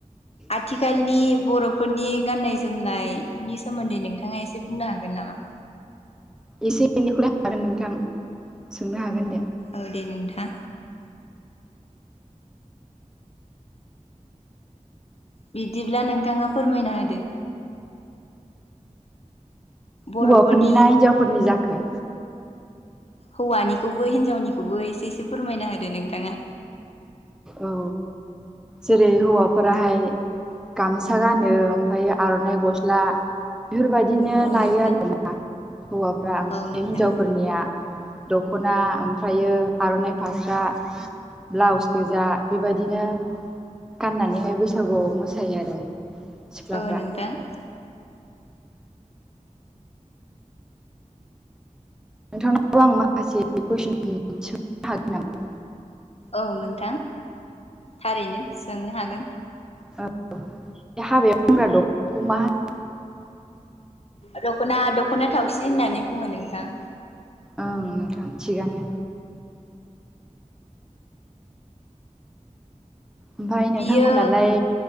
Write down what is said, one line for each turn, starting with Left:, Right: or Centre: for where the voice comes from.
Left: आथिखालनि बर'फोरनि गाननाय जोमनायनि सोमोन्दै नोंथाङा एसे बुंनो हागोन नामा?
Centre: एसे एनैखौलाय हागोन नोंथां सोंनो हागोन दे।
Left: औ दे नोंथां। बिदिब्ला नोंथाङा फोरमायना होदो। बर'फोरनि
Centre: हौवाफोरनि ना हिनजावफोरनि जाखो?
Left: हौवानिखौबो हिनजावनिखौबो एसे एसे फोरमायना होदो नोंथाङा।
Centre: औ जेरै हौवाफोराहाय गामसा गानो ओमफायो आर'नाइ गस्ला बेफोरबायदिनो
Left: औ
Centre: लायो
Left: नोंथां
Centre: आरोना हौवाफ्रा ओमफ्राय
Left: औ नोंथां
Centre: हिनजावफोरनिया दख'ना ओमफ्रायो आर'नाइ फास्रा, ब्लाउस गोजा बेबायदिनो गाननानैहाय बैसागुआव मोसायो आरो। सिख्लाफ्रा
Left: औ नोंथां।
Centre: नोंथांनाव आं माखासे कुइसन <unintelligible> सोंनो हागोन नामा?
Left: औ नोंथां थारैनो सोंनो हागोन।
Centre: औ बे हाबायाव गनाग्रा दख <unintelligible> खौ मा होनो?
Left: दख'ना दख'ना थावसि होननानै बुङो नोंथां।
Centre: ओं नोंथां थिगानो। ओमफ्राय
Left: बियो
Centre: नोंथांमोनालाय